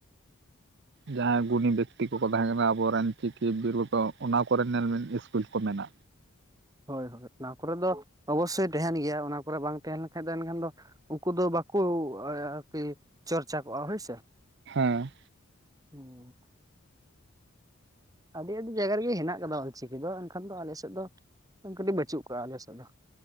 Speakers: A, on the right; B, on the right.
A: ᱡᱟᱦᱟᱸᱭ ᱜᱩᱱᱤ ᱵᱮᱠᱛᱤ ᱠᱚᱠᱚ ᱛᱟᱦᱮᱸ ᱠᱟᱱᱟ ᱟᱵᱚᱨᱮᱱ ᱪᱤᱠᱤ ᱵᱤᱨᱩᱣᱟᱹ ᱚᱱᱟ ᱠᱚᱨᱮ ᱱᱮᱞ ᱵᱤᱱ ᱤᱥᱠᱩᱞ ᱠᱚ ᱢᱮᱱᱟᱜ-ᱟ᱾
B: ᱦᱳᱭ ᱦᱳᱭ ᱚᱱᱟ ᱠᱚᱨᱮ ᱫᱚ ᱚᱵᱚᱥᱳᱭ ᱛᱮᱦᱮᱱ ᱜᱮᱭᱟ ᱚᱱᱟ ᱠᱚᱨᱮ ᱵᱟᱝ ᱛᱮᱦᱮᱱ ᱞᱮᱱᱠᱷᱟᱱ ᱫᱚ ᱮᱱᱠᱷᱟᱱ ᱫᱚ ᱩᱱᱠᱩ ᱫᱚ ᱵᱟᱠᱚ ᱟᱨᱠᱤ ᱪᱚᱨᱪᱟ ᱠᱚᱜ-ᱟ ᱦᱳᱭ ᱥᱮ᱾
A: ᱦᱮᱸ ᱾
B: ᱦᱩᱸ ᱾ ᱟᱹᱰᱤ ᱟᱹᱰᱤ ᱡᱟᱭᱜᱟ ᱨᱮᱜᱮ ᱦᱮᱱᱟᱜ ᱟᱠᱟᱫᱟ ᱚᱞᱪᱤᱠᱤ ᱫᱚ ᱮᱱᱠᱷᱟᱱ ᱫᱚ ᱟᱞᱮ ᱥᱮᱫ ᱫᱚ ᱠᱟᱹᱴᱤᱡ ᱵᱟᱹᱪᱩᱜ ᱠᱚᱜᱼᱟ ᱟᱞᱮ ᱥᱮᱫ ᱫᱚ ᱾